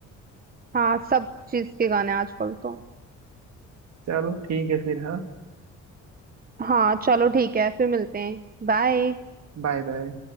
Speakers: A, on the right (about 30°); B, on the right (about 60°).
A: हाँ सब चीज के गाने आजकल तो
B: चलो ठीक है फिर हाँ
A: हाँ चलो ठीक है फिर मिलते हैं बाय
B: Bye bye